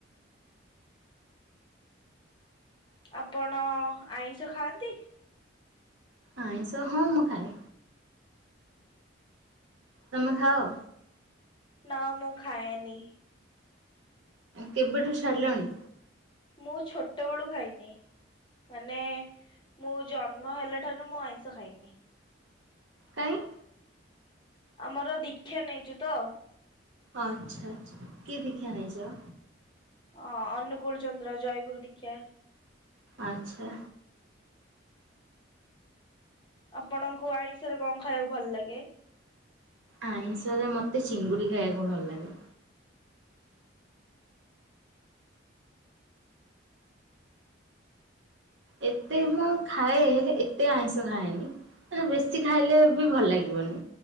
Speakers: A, on the left; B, on the right.
A: ଆ ଆପଣ ଆଇଁଷ ଖାଆନ୍ତି?
B: ଆଇଁଷ ହଁ ମୁଁ ଖାଏ। ତମେ ଖାଅ।
A: ନା ମୁଁ ଖାଏନି।
B: କେବେଠୁ ଛାଡ଼ିଲଣି?
A: ମୁଁ ଛୋଟବେଳୁ ଖାଇନି। ମାନେ ମୁଁ ଜ ହେଲେ ଠାରୁ ମୁଁ ଆଇଁଷ ଖାଇନି।
B: କାଇଁ
A: ଆମର ଦୀକ୍ଷା ନେଇଛୁ ତ
B: ଆଚ୍ଛା ଆଚ୍ଛାକି କି ଦୀକ୍ଷା ନେଇଚ?
A: ହଁ ଅନୁକୂଳ ଚନ୍ଦ୍ର ଜୟଗୁରୁ ଦିକ୍ଷା
B: ଆଚ୍ଛା।
A: ଆପଣଙ୍କୁ ଆଇଁଷର କଣ ଖାଇବାକୁ ଭଲ ଲାଗେ?
B: ଆଇଁଷରେ ମତେ ଚିଙ୍ଗୁଡି ଖାଇବାକୁ ଭଲ ଲାଗେ। ଏତେ ମୁଁ ଖାଏ ହେଲେ ଏତେ ଆଇଁଷ ଖାଏନି ମାନେ ବେଶୀ ଖାଇଲେ ବି ଭଲ ଲାଗିବନି